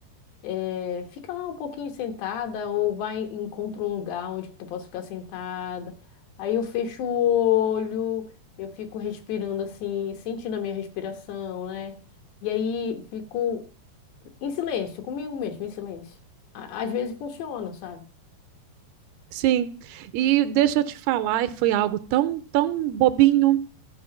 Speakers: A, on the left; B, on the right.
A: é, fica lá um pouquinho sentada ou vai encontra um lugar onde tu possa ficar sentada. Aí eu fecho o olho, eu fico respirando assim, sentindo a minha respiração, né? E aí fico em silêncio, comigo mesmo, em silêncio. Á- Às vezes funciona, sabe?
B: Sim. E deixa eu te falar, e foi algo tão, tão bobinho.